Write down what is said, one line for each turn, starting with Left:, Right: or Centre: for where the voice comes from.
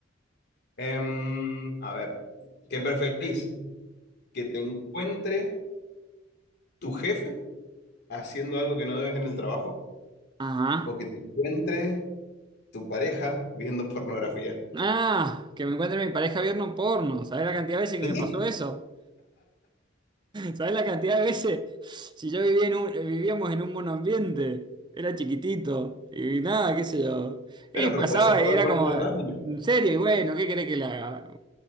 Left: Em, a ver, ¿qué preferís? ¿Que te encuentre tu jefe haciendo algo que no debes en el trabajo?
Right: Ajá.
Left: ¿O que te encuentre tu pareja viendo pornografía?
Right: Ah, que me encuentre mi pareja viendo un porno. ¿Sabés la cantidad de veces que
Left: ¿Qué?
Right: me pasó eso? ¿Sabés la cantidad de veces? Si yo vivía en un, eh, vivíamos en un monoambiente, era chiquitito y nada, qué sé yo. Y
Left: Bueno, pero
Right: pasaba
Left: puedes cerrar
Right: y
Left: la
Right: era
Left: puerta
Right: como,
Left: del
Right: en
Left: baño.
Right: serio, y bueno, ¿qué querés que le haga?